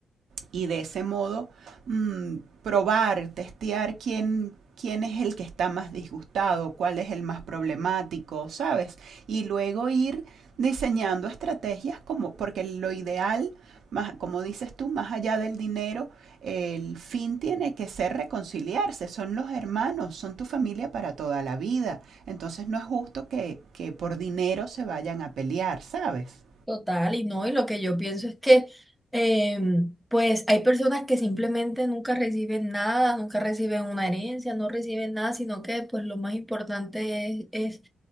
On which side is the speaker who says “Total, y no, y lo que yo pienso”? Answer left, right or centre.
Centre